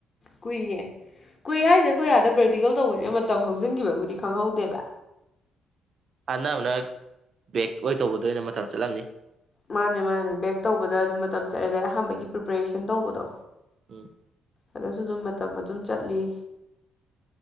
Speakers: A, on the left; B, on the right.
A: ꯀꯨꯏꯌꯦ ꯀꯨꯏ ꯍꯥꯏꯁꯦ ꯈꯣꯏ ꯑꯥꯗ ꯄ꯭ꯔꯦꯛꯇꯤꯀꯦꯜ ꯇꯧꯕꯅꯤꯅ ꯃꯇꯝ ꯍꯧꯖꯤꯟꯈꯤꯕꯕꯨꯗꯤ ꯈꯪꯍꯧꯗꯦꯕ
B: ꯑꯅꯝꯕꯅ ꯕꯦꯛ ꯑꯣꯏ ꯇꯧꯕꯗ ꯑꯣꯏꯅ ꯃꯇꯝ ꯆꯠꯂꯝꯅꯤ
A: ꯃꯥꯅꯦ ꯃꯥꯅꯦ ꯕꯦꯛ ꯇꯧꯕꯗ ꯑꯗꯨꯝ ꯃꯇꯝ ꯆꯠꯂꯦꯗ ꯑꯍꯥꯟꯕꯒꯤ ꯄ꯭ꯔꯤꯄꯦꯔꯦꯁꯟ ꯇꯧꯕꯗꯣ
B: ꯎꯝ
A: ꯑꯗꯨꯁꯨ ꯑꯗꯨꯝ ꯃꯇꯝ ꯑꯗꯨꯝ ꯆꯠꯂꯤ